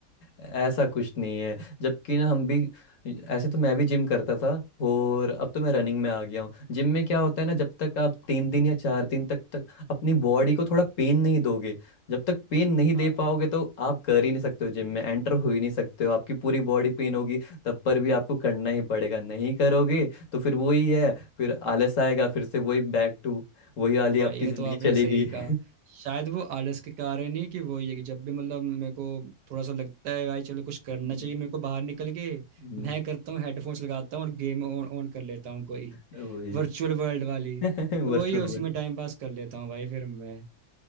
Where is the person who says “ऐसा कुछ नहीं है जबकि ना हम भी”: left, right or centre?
Left